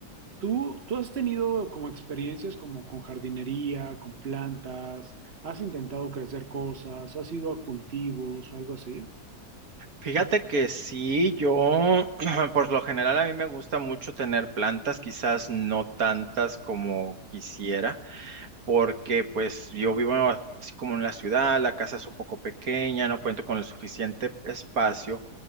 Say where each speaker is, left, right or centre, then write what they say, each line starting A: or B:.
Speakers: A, on the right; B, on the right.
A: ¿Tú, tú has tenido como experiencias como con jardinería, con plantas? ¿Has intentado crecer cosas? ¿Has ido a cultivos o algo así?
B: Fíjate que sí, yo <clears throat> por lo general a mí me gusta mucho tener plantas, quizás no tantas como quisiera, porque pues yo vivo así como en la ciudad, la casa es un poco pequeña, no cuento con el suficiente espacio